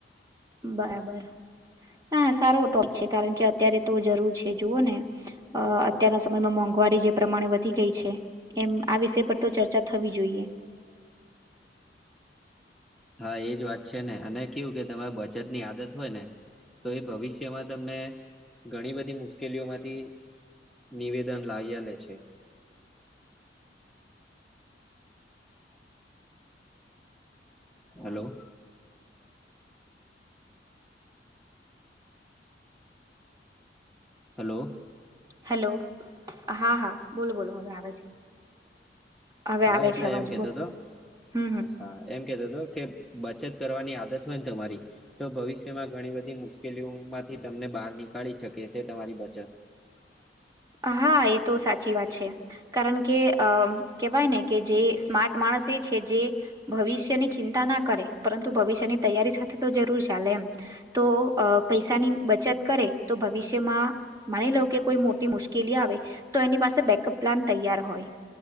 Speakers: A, on the right; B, in the centre.
A: બરાબર હા સારો ટોપ છે કારણ કે અત્યારે છે. જે જુઓ ને અ અત્યારના સમયમાં મોંઘવારી જે પ્રમાણે વધી ગઈ છે એમ આ વિષય પર તો ચર્ચા થવી જોઈએ.
B: હા એજ વાત છે ને અને કેવું કે તમારે બચત ની આદત હોય ને તો એ ભવિષ્યમાં તમને ઘણી બધી મુશ્કેલીઓમાંથી નિવેદન લાવ્યા લે છે. <inaudible> હલો હેલો
A: હેલો હા હા બોલો બોલો હવે આવે છે. હવે
B: હા
A: આવે
B: એટલે
A: છે અવાજ
B: એમ કેતો
A: બોલો
B: હતો
A: હમ હમ
B: હા. એમ કેતો હતો કે બચત કરવાની આદત હોય ને તમારી તો ભવિષ્યમાં ઘણી બધી મુશ્કેલીઓમાંથી તમને બહાર નીકાળી શકે છે તમારી બચત <inaudible>
A: હા એ તો સાચી વાત છે. કારણ કે કહેવાય ને કે જે સ્માર્ટ માણસ એ છે જે ભવિષ્યની ચિંતા ના કરે પરંતુ ભવિષ્યની તૈયારી સાથે તો જરૂર ચાલે એમ તો પૈસાની બચત કરે તો ભવિષ્યમાં માણી લો કે કોઈ મોટી મુશ્કેલ લી આવે તો એની પાસે બેકઅપ પ્લાન તૈયાર હોય